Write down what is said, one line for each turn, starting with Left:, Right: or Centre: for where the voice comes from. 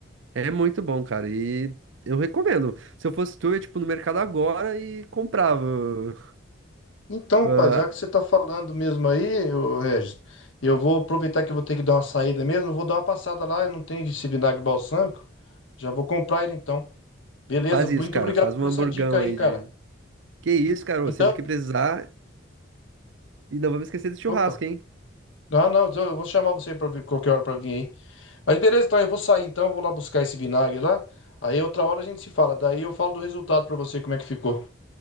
Right: É muito bom, cara, e eu recomendo. Se eu fosse tu, eu ia, tipo, no mercado agora e comprava.
Left: Então,
Right: Ah,
Left: rapaz, já que você tá falando mesmo aí, ô, Regis, eu vou aproveitar que eu vou ter que dar uma saída mesmo, eu vou dar uma passada lá, eu não tenho esse vinagre balsâmico, já vou comprar ele então. Beleza,
Right: faz
Left: muito
Right: isso, cara,
Left: obrigado
Right: faz
Left: por
Right: um
Left: essa
Right: hamburgão
Left: dica aí,
Right: aí
Left: cara.
Right: de... Que isso, cara, ô,
Left: Então,
Right: sempre que precisar, e não vamos esquecer do churrasco,
Left: opa.
Right: hein?
Left: Não, não, eu vou chamar você pra vir- qualquer hora pra vir aí. Mas beleza, então eu vou sair então, vou lá buscar esse vinagre lá. Aí outra hora a gente se fala. Daí eu falo do resultado pra você, como é que ficou.